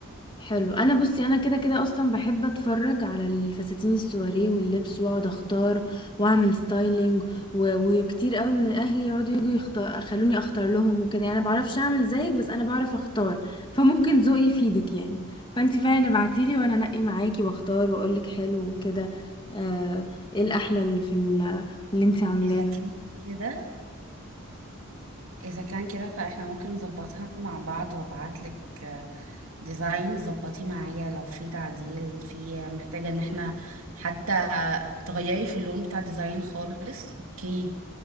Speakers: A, on the left (about 20°); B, on the right (about 70°).
A: حلو انا بصي انا كده كده اصلا بحب اتفرج على الفساتين السواري واللبس واقعد اختار واعمل ستايلينج و... وكتير قوي من الاهل يقعدوا يجوا يختار خلوني اختار لهم وكده يعني انا بعرفش اعمل زيك بس انا بعرف اختار فممكن ذوقي يفيدك يعني فانتي فعلا ابعتيلي وانا انقي معاكي واختار واقولك حلو وكده آه... ايه الاحلى اللي في ال... اللي انتي عاملاه
B: اذا كان كده اذا كان كده فاحنا ممكن نظبطها مع بعض وابعت لك ديزاين ظبطي معايا لو في تعديل في محتاجة ان احنا حتى تغيري في اللون بتاع الديزاين خالص اوكي